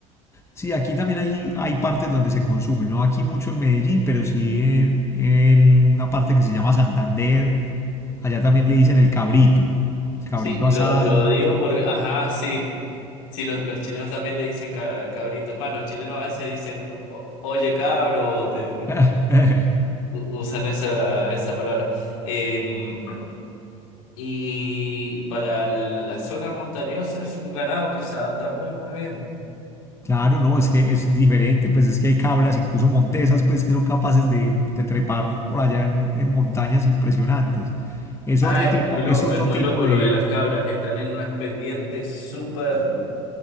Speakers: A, on the left; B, on the left.
A: Sí, aquí también hay, hay partes donde se consume, no aquí mucho en Medellín, pero sí en, en una parte que se llama Santander. Allá también le dicen el cabrito, el cabrito
B: Sí,
A: asado.
B: lo, Claro. lo digo porque, ajá, sí. Sí, los, los chilenos también le dicen ca- cabritos. Más, los chilenos a veces dicen, "O- o- oye, cabro, o te,
A: <laughs>
B: u- usan esa, esa palabra. Em, y para la zona montañosa es un ganado que se adapta muy, muy bien.
A: Claro, no, es que es diferente, pues es que hay cabras, incluso montesas, pues que son capaces de, de trepar por allá en, en montañas impresionantes. Es
B: Ah,
A: otro
B: es
A: tipo,
B: muy, lo,
A: es otro
B: es muy
A: tipo
B: loco
A: de...
B: lo de las cabras, están en unas pendientes súper